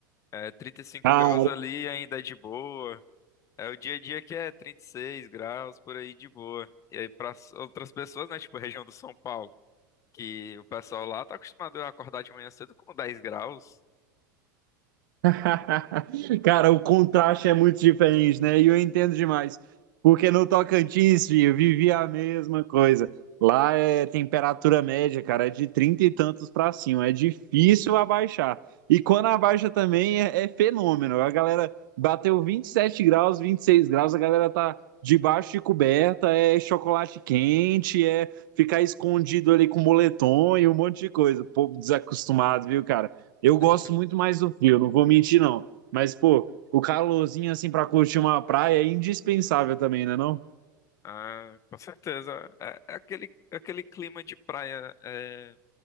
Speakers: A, on the left (about 30°); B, on the right (about 80°).
A: É 35
B: Cara,
A: graus ali ainda é de boa. É o dia a dia que é 36 graus por aí de boa. E aí para outras pessoas, né, tipo a região do São Paulo, que o pessoal lá tá acostumado a acordar de manhã cedo com 10 graus.
B: <laughs> Cara, o contraste é muito diferente, né? E eu entendo demais. Porque no Tocantins, filho, eu vivia a mesma coisa. Lá é temperatura média, cara, é de 30 e tantos pra cima. É difícil abaixar. E quando abaixa também é, é fenômeno. A galera bateu 27 graus, 26 graus, a galera tá debaixo de coberta, é chocolate quente, é ficar escondido ali com moletom e um monte de coisa. Povo desacostumado, viu, cara? Eu gosto
A: né?
B: muito mais do frio, não vou mentir, não. Mas, pô, o calorzinho, assim, pra curtir uma praia é indispensável também, né, não?
A: Ah, com certeza. É, é aquele, é aquele clima de praia. é,